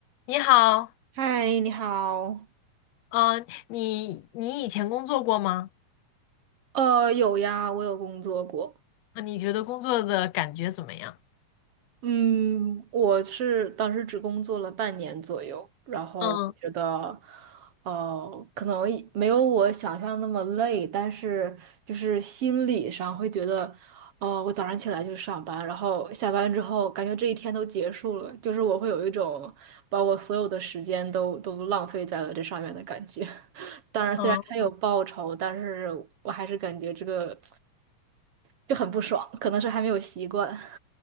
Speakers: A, on the left; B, on the right.
A: 你好，
B: 嗨，你好。
A: 嗯、你你以前工作过吗？
B: 呃，有呀，我有工作过。
A: 啊，你觉得工作的感觉怎么样？
B: 嗯，我是当时只工作了半年左右，然后我觉得，
A: 嗯
B: 呃，可能一没有我想象那么累，但是就是心理上会觉得，呃，我早上起来就上班，然后下班之后感觉这一天都结束了，就是我会有一种把我所有的时间都都浪费在了这上面的感觉。当然，虽然他有报酬，
A: 嗯，
B: 但是我还是感觉这个就很不爽，可能是还没有习惯。